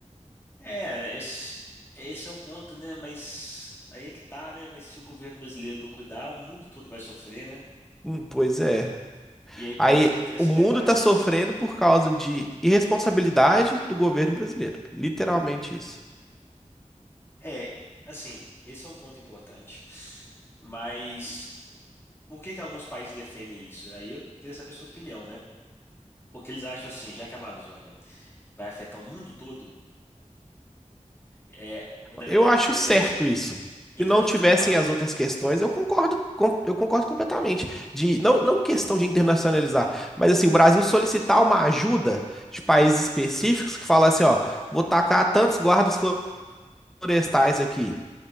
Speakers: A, on the left; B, in the centre.
A: É, esse, esse é o ponto, né? Mas aí é que tá, né? Mas se o governo brasileiro não cuidar, o mundo todo vai sofrer, né?
B: Hum, pois é.
A: E aí por
B: Aí
A: isso que entra esse
B: o mundo
A: debate.
B: tá sofrendo por causa de irresponsabilidade do governo brasileiro. Literalmente isso.
A: É, assim, esse é um ponto importante. Mas por que que alguns países defendem isso? Aí eu queria saber a sua opinião, né? Porque eles acham assim, já que a Amazônia vai afetar o mundo todo, É, na verdade,
B: Eu acho
A: deveria
B: certo
A: ser
B: isso.
A: internacionalizar
B: Se não tivessem
A: a Amazônia?
B: as outras questões, eu concordo, com- eu concordo completamente. De não, não questão de internacionalizar, mas assim, o Brasil solicitar uma ajuda de países específicos que fala assim, ó, vou tacar tantos guardas florestais aqui.